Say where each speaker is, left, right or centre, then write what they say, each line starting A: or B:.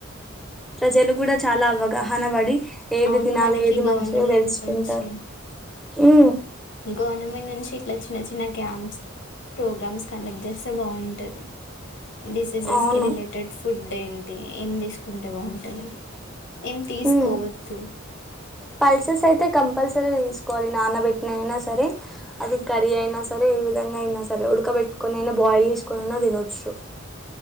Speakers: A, in the centre; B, on the left.
A: ప్రజలు కూడా చాలా ఆవగాహనవడి ఏది
B: అవును
A: తినాలి
B: మనకి
A: ఏది
B: గవర్నమెంట్
A: మంచిగా తెలుసుకుంటారు
B: నుంచి
A: ఉ
B: గవర్నమెంట్ నుంచి ఇట్లా చిన్న చిన్న క్యాంప్స్ ప్రోగ్రామ్స్ కండక్ట్ చేస్తే బాగుంటది డిసీజెస్
A: అవును
B: కి రిలేటెడ్ ఫుడ్ ఏంటి ఏం తీసుకుంటే బాగుంటది ఏం తీసుకోవద్దు
A: ఉమ్ పల్సెస్ అయితే కం కంపల్సరీ గా తీసుకోవాలి నానబెట్టిన అయినా సరే అది కర్రి అయినా సరే ఏ విధంగా అయినా సరే ఉడక పెట్టుకొని అయిన బాయిల్ చేసుకని అయిన తినొచ్చు